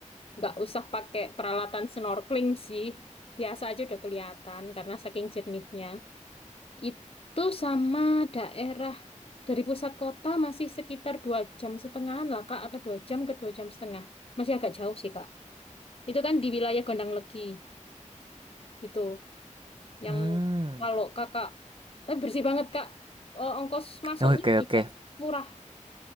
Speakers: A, on the left; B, on the right.
A: nggak usah pakai peralatan snorkeling sih. Biasa aja udah kelihatan karena saking jernihnya. Itu sama daerah dari pusat kota masih sekitar dua jam setengahan lah Kak, atau dua jam ke dua jam setengah. Masih agak jauh sih Kak. Itu kan di wilayah Gondang Legi itu. Yang
B: Hmm,
A: kalau Kakak, tapi bersih banget Kak. Oh, ongkos masuknya
B: oke
A: juga
B: oke.
A: murah.